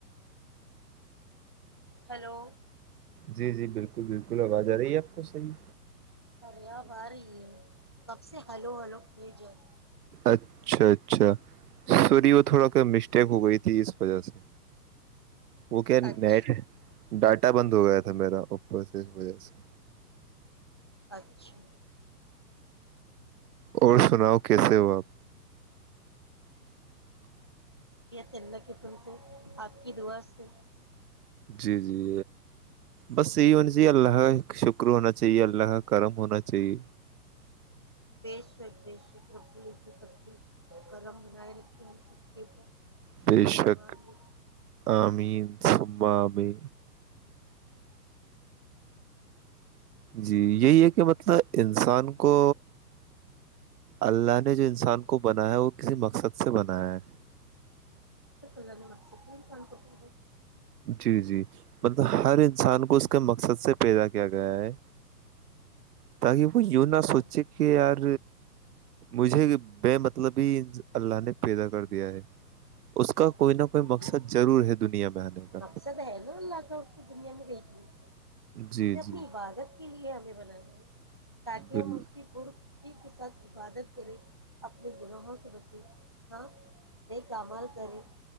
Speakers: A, on the left; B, on the right.
A: ہلو
B: جی جی بالکل بالکل آواز آ رہی ہے آپ کو صحیح
A: <unintelligible> کب سے ہلو ہلو کیے جائے
B: اچھا اچھا سور وہ تھوڑا کہ مسٹیک ہو گئی تھی اس وجہ سے وہک
A: اچھا
B: نیٹ ڈ کٹا بند ہو گیا تھا میرا اوپر سے اس وجہ سے
A: اچھا
B: اور سناؤ کیسے ہو آپ
A: چندا ککن سے آک کی دوا سے
B: جی جی بس یہی ہونی چاہیے اللہ کا شکر ہونا چاہیے اللہ کا کرم ہونا چاہیے
A: تلی کرم بنائے رکھے سب ہمیں
B: بےشک
A: اپنی ایمان میں
B: آمین سبابے
A: ہوں
B: جی یہی ہے کہ مطلب انسان کو اللہ نے جو انسان کو بنایا ہے وہ کسی مقصد سے بنایا ہے
A: ال ن مک س تین کن کوٹے
B: جی جی مطلب ہر انسان کو اس کے مقصد سے پیدا کیا گیا ہے تاکہ یوں نہ
A: ظاہر
B: سوچے کہ یار مجھے بے مطلب ہی اللہ نے پیدا کر دیا ہے اس کا کوئی نہ کوئی
A: نہیں
B: مقصد ضرور ہے دنیا میں کا
A: مقصد ہے نا اللہ کا اس کی دنیا میں بیچنے اس
B: جی
A: نے اپنی
B: جی
A: عبادت کے لیے ہمیں بنانا ہے تاکہ
B: بال
A: ہم اس کی پ خشی کی سد عبادت کرے اپنے گناہوں سے بچے ہاں بے کامال کرے